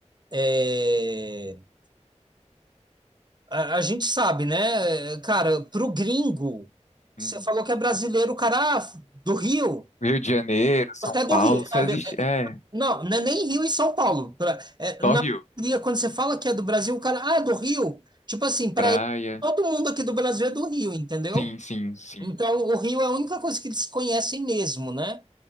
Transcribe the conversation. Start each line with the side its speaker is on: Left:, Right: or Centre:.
Right: É. A, a gente sabe, né? Cara, pro gringo, você
Left: hum.
Right: falou que é brasileiro, o cara ah, do Rio,
Left: Rio de Janeiro, São
Right: até do
Left: Paulo,
Right: Rio,
Left: só
Right: sabe?
Left: existe, é,
Right: Não, não é nem Rio e São Paulo. Pra, é,
Left: só
Right: na
Left: Rio,
Right: maioria, quando você fala que é do Brasil, o cara, ah, é do Rio. Tipo assim, pra
Left: praia,
Right: ele, todo mundo aqui do Brasil é do Rio, entendeu?
Left: sim, sim, sim.
Right: Então, o Rio é a única coisa que eles conhecem mesmo, né?